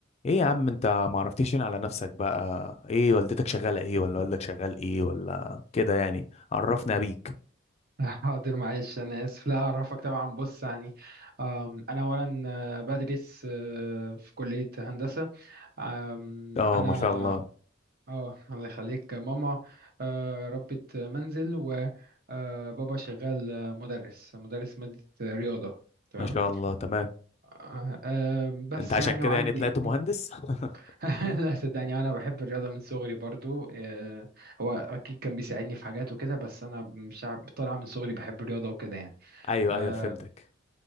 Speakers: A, on the left; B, on the right.
A: ايه يا عم انت ما عرفتيش هنا على نفسك بقى ايه والدتك شغالة ايه ولا والدك شغال ايه ولا كده يعني عرفنا بيك
B: <laughs> حاضر معلش انا اسف لا اعرفك طبعا بص يعني آم، انا اولا آه، بدرس آه، في كلية هندسة آم،
A: اه
B: انا
A: ما شاء الله
B: اه الله يخليك ماما آه، ربة منزل وبابا شغال آه، مدرس مدرس مادة رياضة تمام
A: ما شاء الله تمام
B: آه، آم، بس
A: انت عشان
B: يعني
A: كده
B: وعندي
A: يعني طلعت مهندس
B: <laughs>
A: <laughs>
B: لا صدقني انا بحب الرياضة من صغري برضو آه، هو اكيد كان بيساعدني في حاجات وكده بس انا مش عارف- طالع من صغري بحب الرياضة وكده يعني
A: ايوه
B: آه،
A: ايوه فهمتك